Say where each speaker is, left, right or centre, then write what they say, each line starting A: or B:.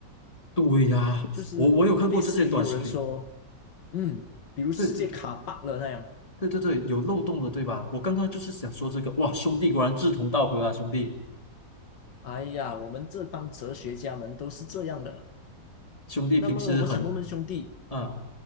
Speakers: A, on the left; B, on the left.
A: 对哎呀，
B: 就是类似于有人说，
A: 我我有看过这些短视频，
B: 嗯，比如世界卡
A: 对对对
B: bug 了那样，
A: 对对对，有漏洞的，对吧？我刚刚就是想说这个，哇，兄弟果然志同道合啊，兄弟
B: 哎呀，我们这帮哲学家们都是这样的。
A: 兄弟平时很
B: 那么我想问问兄弟。
A: 啊。